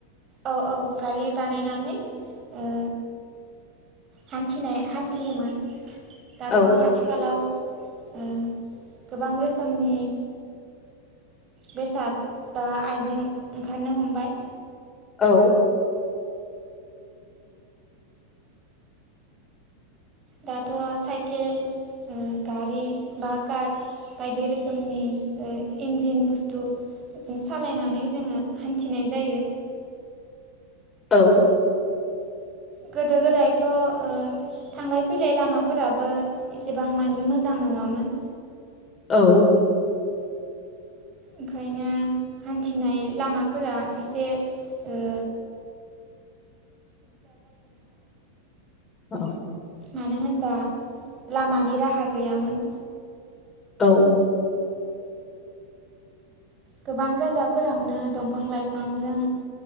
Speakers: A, on the right; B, on the left.
A: औ औ गारि बानायनानै ओ हान्थिनाय हान्थियोमोन दाथ'
B: औ
A: आथिखालाव ओ गोबां रोखोमनि बेसाद बा आइजें ओंखारनो हमबाय।
B: औ।
A: दाथ' साइकेल गारि बा कार बायदि रोखोमनि ओ इन्जिन बुस्थु जों सालायनानै जोङो हान्थिनाय जायो।
B: औ।
A: गोदो गोदायथ' ओ थांलाय फैलाय लामाफोराबो एसेबां मानि मोजां नङामोन।
B: औ।
A: ओंखायनो हान्थिनाय लामाफोरा एसे ओ
B: औ।
A: मानो होनबा लामानि राहा गैयामोन।
B: औ।
A: गोबां जायगाफोरावनो दंफां लाइफांजों